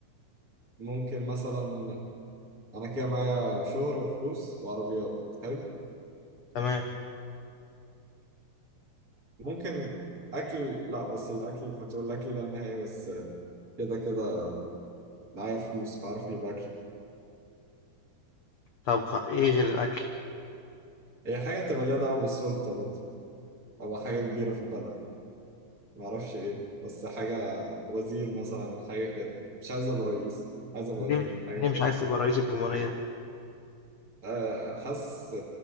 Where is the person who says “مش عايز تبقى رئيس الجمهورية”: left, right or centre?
Left